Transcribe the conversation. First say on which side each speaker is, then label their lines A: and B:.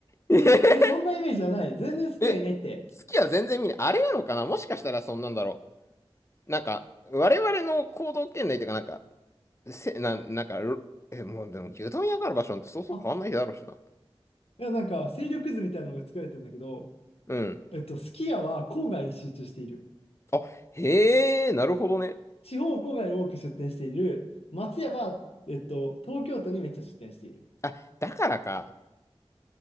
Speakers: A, on the left (about 25°); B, on the left (about 75°).
A: ええ
B: え、え、そんなイメージじゃない。全然好き家いないって。
A: え、好きは全然見ない。あれなのかなもしかしたらそんなんだろう。なんか、我々の行動圏内というか、なんか、せ、な、なんか、ろえ、もうでも牛丼屋がある場所なんてそうそう変わんないだろうしな。
B: あ、いや、なんか、勢力図みたいなのが作られてるんだけど、
A: うん。
B: えっと、すき家は郊外に集中している。
A: あ、へえ、なるほどね。
B: 地方郊外に多く出店している。松屋は、えっと、東京都にめっちゃ出店している。
A: あ、だからか。